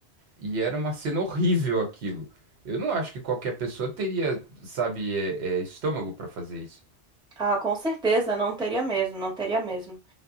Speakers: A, on the right; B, in the centre.
A: E era uma cena horrível aquilo. Eu não acho que qualquer pessoa teria, sabe, é, é, estômago pra fazer isso.
B: Ah, com certeza, não teria mesmo, não teria mesmo.